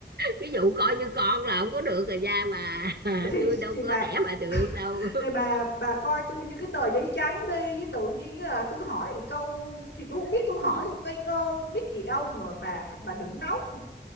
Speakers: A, on the right; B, on the left.
A: cái vụ coi như con là không có được rồi ra mà <laughs>
B: thì
A: tôi đâu
B: thì
A: có
B: bà
A: đẻ mà được đâu
B: thì bà bà coi tôi như cái tờ giấy trắng đi với tự nhiên là tôi hỏi một câu thì tôi không biết
A: <laughs>
B: tôi hỏi tôi ngây ngơ không biết gì đâu mà bà bà đừng nóng